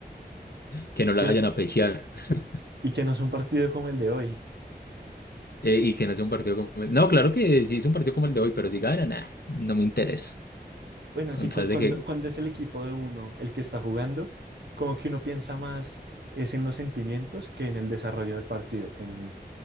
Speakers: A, on the left; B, on the right.
A: que no la
B: Que-
A: vayan a pechear <laughs>
B: y que no es un partido como el de hoy.
A: eh, y que no sea un partido como... No, claro que sí es un partido como el de hoy, pero si gana, nah, no me interesa.
B: Bueno,
A: Con
B: sí,
A: tal
B: cu- cuando,
A: de que
B: cuando es el equipo de uno el que está jugando, como que uno piensa más es en los sentimientos que en el desarrollo del partido, que en,